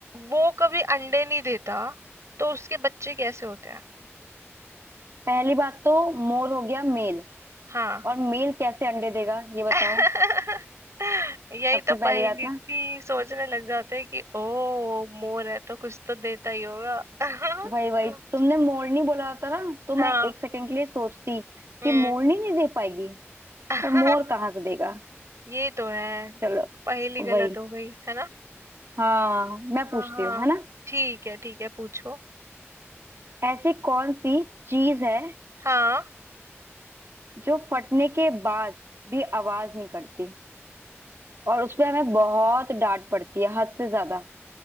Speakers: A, on the right; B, on the right.
A: वो कभी अंडे नहीं देता तो उसके बच्चे कैसे होते हैं
B: पहली बात तो मोर हो गया मेल
A: हाँ
B: और मेल कैसे अंडे देगा ये बताओ
A: <laughs> यही
B: सबसे
A: तो पहेली
B: पहली बात ना
A: थी सोचने लग जाते हैं कि ओ मोर है तो कुछ तो देता ही होगा <laughs>
B: वही वही तुमने मोरनी बोला होता ना तो मैं
A: हाँ
B: एक सेकंड के लिए सोचती
A: हम्म
B: कि मोरनी नहीं दे पाएगी
A: <laughs>
B: पर मोर कहाँ से देगा
A: ये तो है
B: चलो
A: पहेली गलत
B: वही
A: हो गई है ना
B: हाँ मैं पूछती
A: हाँ हाँ
B: हूँ है ना
A: ठीक है ठीक है पूछो
B: ऐसी कौन सी चीज है
A: हाँ
B: जो फटने के बाद भी आवाज नहीं करती और उसपे हमें बहुत डांट पड़ती है हद से ज्यादा